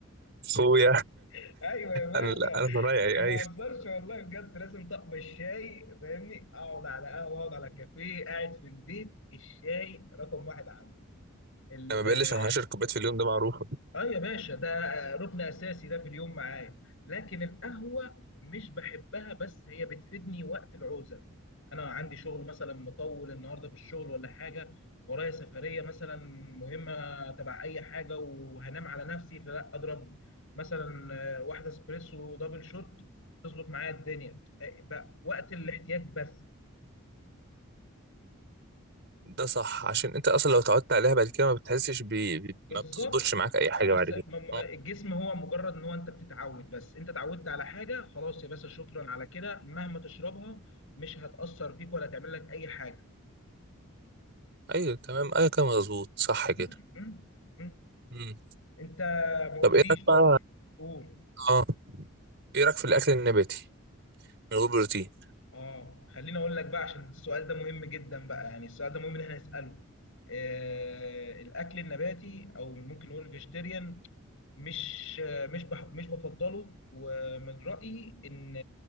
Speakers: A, on the right (about 55°); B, on the left (about 65°).
A: اخويا
B: <laughs> أيوة يا باشا
A: انا انا ضايع
B: ما
A: ايوه
B: بهزرش والله بجد لازم طقم الشاي فاهمني أقعد على قهوة أقعد على كافيه قاعد في البيت الشاي رقم واحد عندي
A: انا ما بقلش عن 10 كوبايات في اليوم ده معروفه
B: اه يا باشا ده ركن اساسي ده في اليوم معايا لكن القهوه مش بحبها بس هي بتفيدني وقت العوزه انا عندي شغل مثلا مطول النهارده في الشغل ولا حاجه ورايا سفريه مثلا مهمه تبع اي حاجه وهنام على نفسي فلا اضرب مثلا آه، واحده اسبريسو دبل شوت تظبط معايا الدنيا آه، بقى وقت الاحتياج بس
A: ده صح عشان انت اصلا لو اتعودت عليها بعد كده ما بتحسش ب... ب... ما
B: بالظبط
A: بتظبطش معاك اي حاجه
B: أس-
A: بعد كده
B: م-
A: اه.
B: الجسم هو مجرد ان هو انت بتتعود بس انت اتعودت على حاجه خلاص يا باشا شكرا على كده مهما تشربها مش هتاثر فيك ولا تعمل لك اي حاجه
A: ايوه تمام ايوه كده مظبوط صح كده
B: م- م- م.
A: مم.
B: انت ما
A: طب
B: قلتليش
A: ايه رايك بقى
B: برضه قول
A: اه ايه رايك في الاكل النباتي من غير بروتين
B: اه خليني اقول لك بقى عشان السؤال ده مهم جدا بقى يعني السؤال ده مهم ان احنا نساله آه الاكل النباتي او ممكن نقول الفيجيتيريان مش مش بح مش بفضله ومن رأيي ان